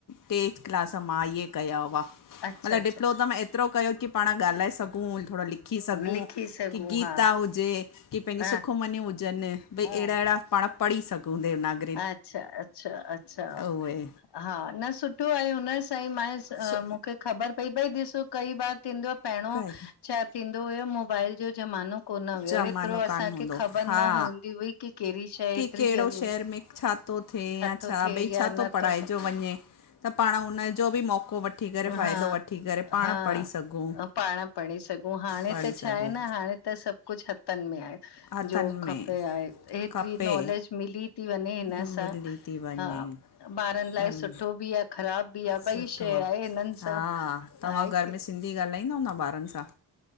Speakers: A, on the left; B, on the left.
A: टेथ क्लास, मां इहे कया हुआ।
B: अच्छा
A: मतिलब
B: अच्छा
A: डिप्लोम में एतिरो कयो की पाण ॻाल्हाए सघूं, थोरो लिख सिखी सघूं,
B: लिखी सघूं
A: की गीता
B: हा
A: हुजे की पंहिंजी
B: हा
A: सुखमनियूं हुजनि बि
B: हा
A: अहिड़ा अहिड़ा पाण पढ़ी सघूं देवनाग
B: अच्छा, अच्छा, अच्छा
A: उहे
B: हा न सुठो आहे, हुन सईं मां
A: सु
B: मूंखे ख़बर पई भई ॾिसो कई बार थींदो आ पहिरियों
A: काई
B: छै थींदो हुयो, मोबाइल जो कि माण्हू कोन हुया,
A: ज़मानो
B: ऐतिरो असां
A: कान हूंदो
B: खे खबर
A: हा
B: न हूंदी हुई कि कहिड़ी शइ
A: की
B: हेतिरी
A: कहिड़ो
B: ज़रूर
A: शहर में छा थो थिए या
B: थो
A: छा
B: थिए
A: भई छा
B: या
A: थो
B: नथो
A: पढ़ाएजो
B: थिए
A: वञे। त पाण उन जो बि मौक़ो वठी करे, फ़ाइदो
B: हा
A: वठी करे, पाण
B: हा
A: पढ़ी सघूं।
B: पाण पढ़ी सघूं, हाणे
A: पढ़ी
B: त
A: सघूं
B: छा आहे न हाण त सभु कुझु हथनि में आहे,
A: हथनि
B: जो खपे
A: में
B: आहे ऐतरी
A: खपे
B: नॉलेज मिली थी वञे हिन
A: मिली
B: सां,
A: थी वञे
B: हा ॿारनि लाइ
A: वञ
B: सुठो बि आ ख़राब इहा
A: सुठो
B: ॿई शइ आहे हिननि
A: हा
B: सां
A: तव्हां
B: आहे
A: घर
B: कि
A: में सिंधी ॻाल्हाईंदा हूंदा ॿारनि सां?